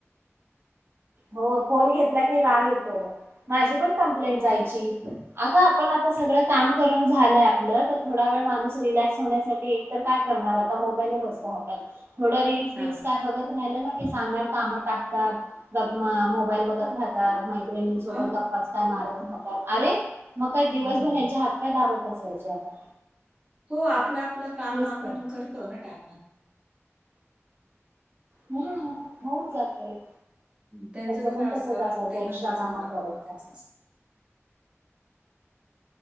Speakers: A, on the right; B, on the right.
A: हो फोन घेतला की राग येतो, माझी पण कंप्लेंट
B: होय.
A: जायची. अग आपण आता सगळं काम करून झालंय आपलं, तर थोडा वेळ माणूस रिलॅक्स होण्यासाठी, काय करणार आता, मोबाईलच असतो हातात. काय
B: हां,
A: बगत राहिना ते सांगणार काम टाकतात, का म मोबाईल बघत राहतात, मैत्रिणींसोबत
B: हां,
A: गप्पाच काय मारत राहतात, अरे मग काय, दिवसभर
B: हं.
A: यांच्या हातपाय दाबत बसायचे, आता.
B: हो, आपलं आपलं काम
A: तेच
B: आपण
A: तर.
B: करतो ना टायमात.
A: हम्म होऊन जातय.
B: त्यांचं
A: पण
B: कसं असतं,
A: तसच असायचं
B: ते
A: एक्स्ट्रा
B: म्हणतील
A: कामं
B: तसंच, आपण
A: करायचा
B: बघायचं अस.